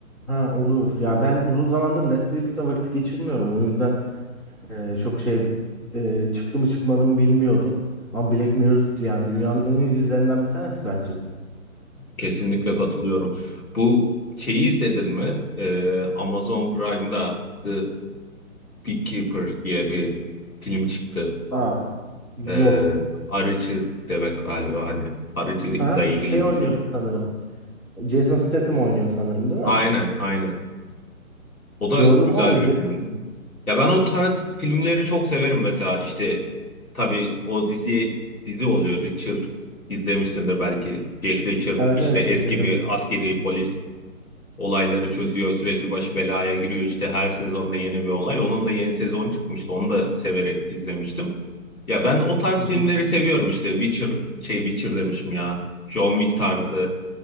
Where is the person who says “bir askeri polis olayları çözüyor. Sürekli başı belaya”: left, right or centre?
Left